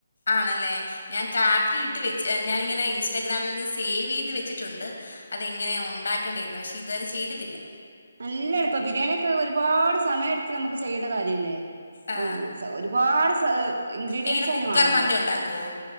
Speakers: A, on the left; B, on the right.
A: ആണല്ലേ. ഞാൻ കാർട്ടിലിട്ട് വെച്ച് ഞാനിങ്ങനെ ഇൻസ്റ്റാഗ്രാമിൽ നിന്ന് സേവ് ചെയ്ത് വെച്ചിട്ടുണ്ട്. അതെങ്ങനെയാ ഒണ്ടാക്കേണ്ടന്ന്, പക്ഷെ ഇത് വരെ ചെയ്തിട്ടില്ല.
B: നല്ല എളുപ്പാ, ബിരിയാണിയൊക്കെ ഒരുപാട് സമയ എടുത്ത് നമ്മക്ക് ചെയ്യണ്ട കാര്യല്ലേ.
A: ആ,
B: ഊ ഒരുപാട് സ ഇൻഗ്രീഡിയന്റ്സ്
A: എങ്ങനെ കുക്കർ
B: അയ്ന് മാണല്ലോ.
A: മന്തി ഉണ്ടാക്കുമോ